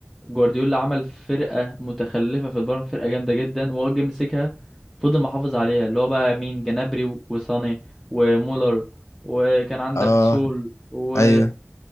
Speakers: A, in the centre; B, on the left.
A: جوارديولا عمل فرقة متخلفة في البايرن فرقة جامدة جدا وهو جه مسكها فضل محافظ عليها اللي هو بقى مين جنابري وساني ومولر وكان عندك
B: <laughs> اه
A: سول و
B: ايوه